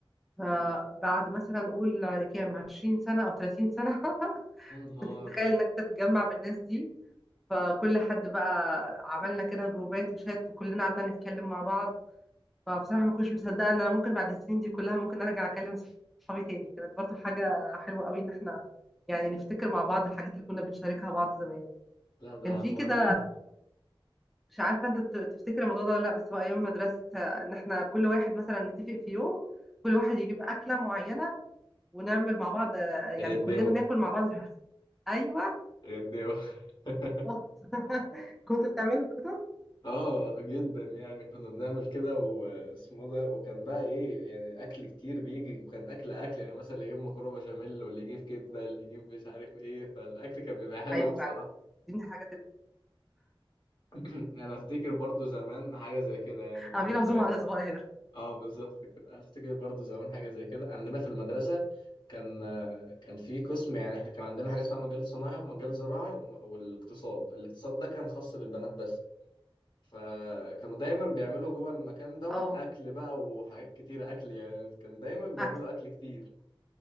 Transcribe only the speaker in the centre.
فبعد مثلا اقول كام 20 سنة او 30 سنة <laughs>
تخيل انك تتجمع بالناس دي فكل حد بقى عملنا كده جروبات وشات وكلنا قعدنا نتكلم مع بعض فبصراحة ما كنتش مصدقة ان انا ممكن بعد السنين دي كلها ممكن ارجع اكلم صحابي تاني كانت برضو حاجة حلوة قوي ان احنا يعني نفتكر مع بعض الحاجات اللي كنا بنشاركها بعض زمان
كان في
كده
مش عارفه انت ت- تفتكر الموضوع ده ولا لا بس هو ايام المدرسه ان احنا كل واحد مثلا نتفق في يوم كل واحد يجيب اكله معينه ونعمل مع بعض آه، يعني
كلنا ناكل مع بعض الحاجة. ايوه
بالظبط. <laughs> كنت بتعملوا كده
ايوه
فعلا دي من الحاجات اللي
عاملين عزومه على صغير
اه
اكل